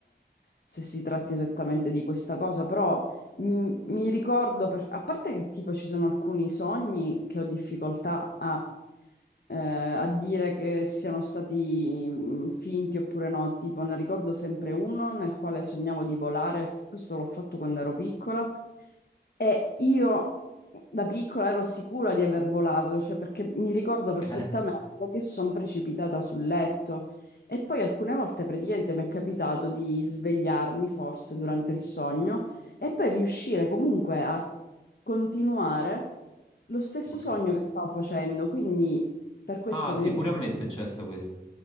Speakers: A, on the left; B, on the left.
A: se si tratti esattamente di questa cosa, però mm, mi ricordo, per- a parte che tipo ci sono alcuni sogni che ho difficoltà a eh, a dire che siano stati mm, finti oppure no. Tipo, ne ricordo sempre uno nel quale sognavo di volare, s- questo l'ho fatto quando ero piccola, e io da piccola ero sicura di aver volato, cioè perché mi ricordo perfettamente
B: Eh,
A: che sono precipitata sul letto. E poi alcune volte praticamente mi è capitato di svegliarmi forse durante il sogno e poi riuscire comunque a continuare lo stesso
B: ok.
A: sogno che stavo facendo, quindi per questo
B: Ah, sì,
A: comunque
B: pure a me è successo questo.